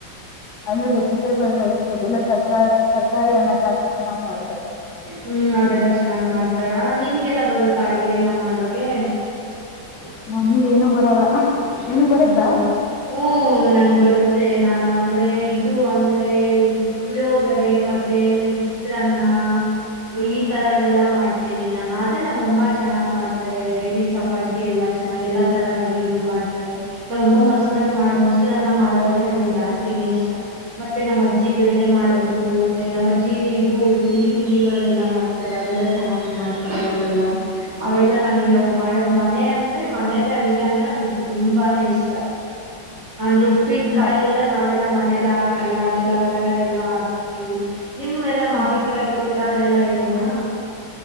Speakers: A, on the left; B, on the right.
A: ಅಂದ್ರೆ ವೆಜಿಟೇಬಲ್ ರೈಸ್ ಅ ಇಲ್ಲ ತರ್ಕಾರಿ ತರ್ಕಾರಿ ಅನ್ನ ಜಾಸ್ತಿ ಚೆನ್ನಾಗ್ ಮಾಡ್ತಾರೆ.
B: ಹ್ಮ್ ಅದೆಲ್ಲಾ ಚೆನ್ನಾಗ್ ಮಾಡ್ತಾರ ನಿನ್ಗೆಲ್ಲ ಬರುತ್ತಾ ಅಡ್ಗೆ ಎಲ್ಲಾ ಮಾಡೋಕೆ. <unintelligible>
A: ನಮಗೇನು ಬರಲ್ಲ ನಿನಗ್ ಬರತ್ತಾ
B: ಮ ಹ್ಮ ನಂಗ್ ಬರುತ್ ತ್ತೆ ನಾನು ಅಂದ್ರೆ. ಇದು ಅಂದ್ರೆ ಪುಳಿಯೋಗರೆ ಮತ್ತೆಲ್ ಚಿತ್ರಾನ್ನ. ಈ
A: ಹ್ಮ್
B: ತರದೆಲ್ಲಾ ಮಾಡ್ ತಿನಿ ನಾನು ಆದ್ರೆ ನಮ್ಮ ಅಮ್ಮ ಚೆನ್ನ್ ಮಾಡ್ತಾರೆ ವೆರೈಟೀಸ್ ಆಫ್ ಅಡ್ಗೆ ಎಲ್ಲ ಚೆನ್ನಾಗಿ ಎಲ್ಲಾ ತರಹದ ಅಡ್ಗೆಗಳು ಮಾಡ್ ತಾರೆ ನಮ್ಮಮ್ಮ ಮೊಸರನ್ನ
A: ಹ್ಮ್
B: ಮೊಸರನ್ನ ಮಾಡೋದೆ ನನಿಗ್ ಜಾಸ್ತಿನೇ ಇಷ್ಟ. ಮತ್ತೆ ನಮ್ ಅಜ್ಜಿ ಬೇಳೆ ಮಾಡೋದು ಮ ಮತ್ತೆ ನಮ್ಮ್ ಅಜ್ಜಿ ಇದು ಸಿಹಿ ತಿಂಡಿಗಳು ಎಲ್ಲಾ ಮಾಡ್ತಾರೆ ಅವೆಲ್ಲಾ ಚೆನ್ನಾಗೆ ಮಾಡ್ತಾರೆ ಅವ್ರೆಲ್ಲ. ಅವೆಲ್ಲ ನನಗೆ
A: ಹ್ಮ್
B: ಅವ್ರು ಮಾಡದ್ ಮನೆ ಅಂದ್ರೆ ಮನೆದೆ ಅಡ್ಗೆ ಅಂದ್ರೆ ನನಗ್ ತುಂಬಾನೇ ಇಷ್ಟ. ಅಂದ್ರೆ ಉಪ್ಪಿನಕಾಯಿ
A: ಹ್ಮ್
B: ಎಲ್ಲ ನಾವೆಲ್ಲಾ ಮನೆಲ್ಲ ಹಾಕಲ್ಲ ಅದೆಲ್ಲಾ ಹೊರಗಡೆ ಎಲ್ಲಾ ಹಾ ಹಸ್ತಿವಿ ನಿವ್ ಎಲ್ಲಾ ಮಾವಿನ್ಕಾಯ್
A: ಹ್ಮ್
B: ತೋಟ ಅದೆಲ್ಲಾ ಇದೆನಾ.